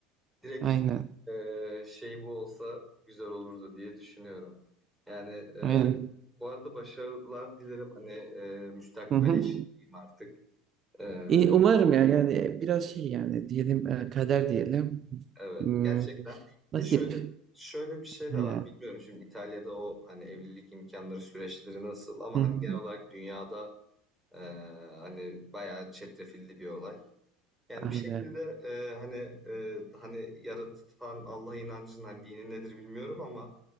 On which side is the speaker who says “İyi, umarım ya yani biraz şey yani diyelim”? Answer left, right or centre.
Right